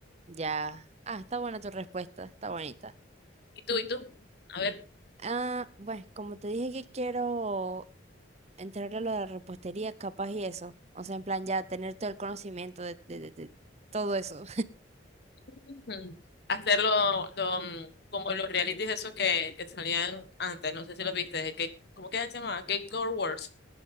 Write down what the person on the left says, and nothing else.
¿Y tú, y tú? A ver,
ujú. hacerlo lo, mm, como los realities esos que, que salían antes, no sé si los viste, de que, ¿cómo que se llamaba? Cake Core Wars,